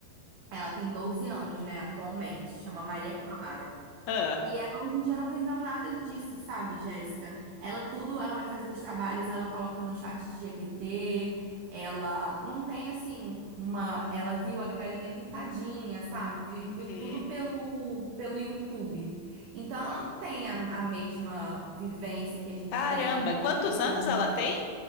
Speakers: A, on the right (about 85°); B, on the left (about 80°).
A: ela tem 12 anos, né, atualmente, chama Maria Clara.
B: Ah,
A: E ela hoje em dia não viveu nada disso, sabe, Jéssica? Ela tudo, ela vai fazer os trabalhos, ela coloca no chat GPT, ela não tem assim uma, ela viu a galinha pintadinha, sabe? Vi-
B: uhum.
A: Viu, tudo pelo pelo YouTube. Então ela não tem a, a mesma vivência que a gente
B: Caramba,
A: tem, a mesma
B: quantos
A: infância.
B: anos ela tem?